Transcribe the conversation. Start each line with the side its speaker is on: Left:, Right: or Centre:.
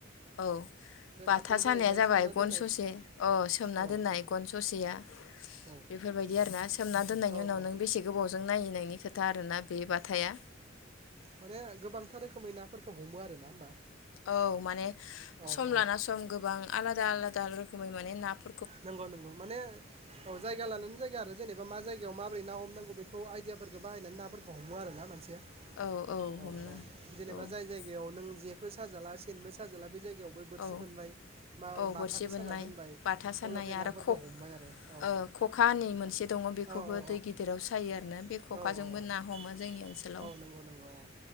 Left: औ
Right: ओमफ्राय
Left: बाथा
Right: बाथाया
Left: सानाया
Right: जाहैबाय
Left: जाबाय
Right: सोमना
Left: गन
Right: दोननाय
Left: ससे औ सोमनानै
Right: औ
Left: दोननाय गन ससेया
Right: औ
Left: बेफोरबायदि आर ना सोमना दोननायनि
Right: औ
Left: उनाव नों बेसे गोबावजों नायो नोंनि खोथा आरोना। बे बाथाया
Right: माने गोबांथार रोखोमै ना फोरखौ हमो आर ना होमबा
Left: औ माने
Right: औ
Left: सम
Right: औ
Left: लाना सम गोबां आलादा आलादा रोखोमै माने नाप
Right: नंगौ नंगौ माने औ जायगा लानानै जायगा आरो जेनेबा मा जायगायाव मा बोरै ना हमनांगौ बेखौ आइदियाफोरखौ बाहायनानै नाफोरखौ हमो आर ना मानसिया
Left: औ
Right: औ
Left: हमनो
Right: औ जेनेबा
Left: औ
Right: जाय जायगायाव नों जे बो साजाला सेनबो साजाला बे जायग सियगायावबो बोरथि
Left: औ
Right: बोनबाय मा
Left: औ
Right: बाथाखौ
Left: बोरसि बोननाय
Right: साना दोनबाय
Left: बाथा सानाय
Right: अब्लाथाय नाफोरखौ
Left: आरो खब
Right: हमबाय आरो औ
Left: ओ खखा होन्नाय मोनसे दङ बेखौबो
Right: औ औ
Left: दै गिदिराव सायो आरोना बे खखाजोंबो
Right: औ औ
Left: ना हमो जोंनि ओनसोलाव
Right: औ नंगौ नंगौ औ